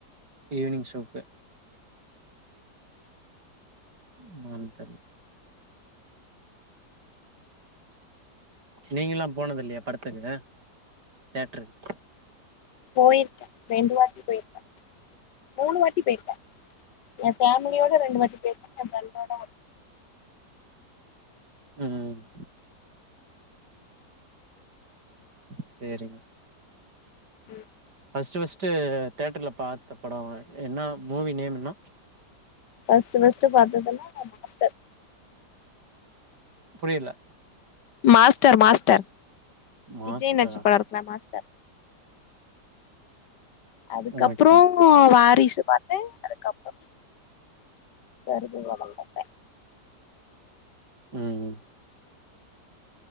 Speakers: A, on the right; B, on the left.
A: ஈவ்னிங் ஷோக்கு இன்னொன்னு தெர்ல நீங்கள்லா போனது இல்லயா படத்துக்கு தேட்டருக்
B: போயிருக்கே ரெண்டு வாட்டி போயிருக்க மூணு வாட்டி போயிருக்கே என் ஃபேமிலியோட ரெண்டு வாட்டி போய்ருக்க நல்லதா இருக்கு
A: ம் ம் சேரி
B: ம்
A: ஃபர்ஸ்ட்டு ஃபர்ஸ்ட்டு தேட்டர்ல பாத்த பட என்ன மூவி நேம் என்னா
B: ஃபர்ஸ்ட்டு ஃபர்ஸ்ட்டு பாத்ததுனா மாஸ்டர்
A: புரியல
B: மாஸ்டர் மாஸ்டர்
A: மாஸ்டரா
B: விஜய் நடிச்ச படத்துல மாஸ்டர் அதுக்கப்புறோ
A: ஓகேங்க
B: வாரிசு பா த்து அதுக்கப்புறோ பெரி புள்ளைங்களோட <inaudible>
A: ம் ம்